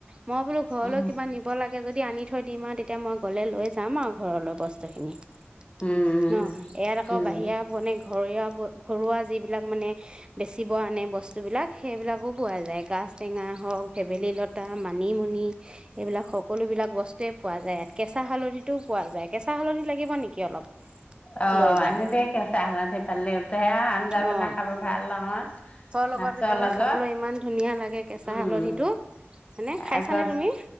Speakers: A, on the right; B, on the left.
A: মো বোলো ঘৰলৈও
B: উম
A: কিবা নিব লাগে যদি যদি আনি থৈ দিম আৰু তেতিয়া মই গ'লে লৈ যাম আৰু ঘৰলৈ বস <unintelligible> ন
B: উম,
A: ইয়াত আকৌ
B: উম।
A: বাহিৰা বনে ঘৰৱা-ঘৰুৱা যিবিলাক মানে বেচিব আনে বস্তুবিলাক সেইবিলাকো পোৱা যায় গাজ টেঙা হওঁক, ভেবেলি লতা, মানিমুনি এইবিলাক সকলোবিলাক বস্তুৱেই পোৱা যায় ইয়াত কেঁচা হালধিতো পোৱা যায় কেঁ কেঁচা হালধি লাগিব নেকি অলপ?
B: অ',
A: লৈ যাম
B: আনিবেই কেঁচা হালধি পালেতে সেয়া আঞ্জা বনা
A: অ
B: খাব ভাল নহয়।
A: লগত
B: মাছৰ
A: একেবাৰে
B: লগত
A: খাবলৈ ইমান ধুনীয়া লাগে কেঁচা
B: উম,
A: হালধিটো হয়নে খাইছানে
B: আগত
A: তুমি